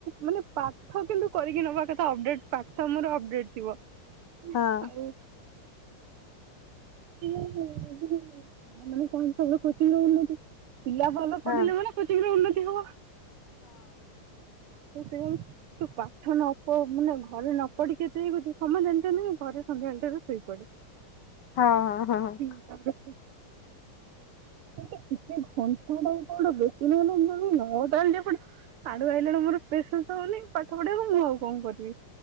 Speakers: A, on the right; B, on the left.
A: ମାନେ ପାଠ କିନ୍ତୁ କରିକି ନବା କଥା ଅପଡେଟ ପାଠ ମୋର ଅପଡେଟ ଥିବ।
B: ହଁ।
A: ଆଉ ସିଏ ମାନେ କଣ ସବ କୋଚି ନଉଚନ୍ତି। ପିଲା ଭଲ
B: ହଁ
A: ପଢିଲେ
B: ହଁ ହଁ
A: ମାନେ କୋଚିର ଉନ୍ନତି ହବ ଉଁ <unintelligible> ତୁ ପାଠ ନ ପ ମାନେ ଘରେ ନ ପଢିକି କେତେ ହେଇଛୁ ସମୟ ଜାଣିଚନ୍ତି ଘରେ ସନ୍ଧ୍ୟାବେଳ ଟାରେ ଶୋଇପଡେ।
B: ହଁ ହଁ ହଁ।
A: <unintelligible> ସେଟା ଟିକେ ଘଣ୍ଟାଟା କୁ ବେଶ ନହେଲେ ନଅଟା ହେଲେ ପ ସାଡୁ ଆଇଲା ବେଳୁ ମୋର ପେସେନ୍ସ ହଉନି ପାଠ ପଢିବାକୁ ମୁଁ ଆଉ କଣ କରିବି?